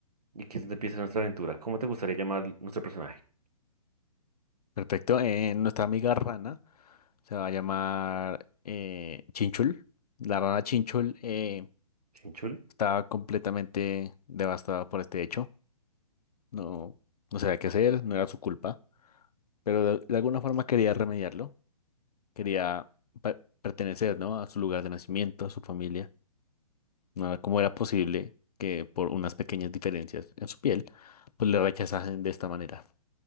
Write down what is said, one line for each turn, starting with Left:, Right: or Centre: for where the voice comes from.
Right: y aquí es donde empieza nuestra aventura. ¿Cómo te gustaría llamar nuestro personaje?
Left: perfecto. Eh, nuestra amiga Rana se va a llamar eh, Chinchul. La rana Chinchul eh,
Right: ¿Chinchul?
Left: está completamente devastada por este hecho. no, no sabía qué hacer, no era su culpa, pero de, de alguna forma quería remediarlo, quería per- pertenecer, ¿no? A su lugar de nacimiento, a su familia. No era- ¿Cómo era posible que por unas pequeñas diferencias en su piel, pues le rechazasen de esta manera?